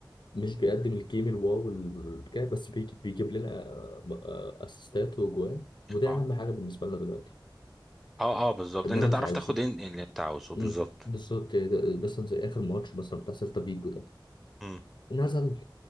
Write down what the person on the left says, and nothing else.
مش بيقدم الجيم الواو الكده بس بيجي- بيجيب لنا آه، آه، اسيستات وجوان وده
اهم حاجه بالنسبه لنا دلوقتي
اننا
مش عايزين
مم، بالظبط ده- مثلا زي اخر ماتش مثلا بتاع سيلتا فيجو ده
نزل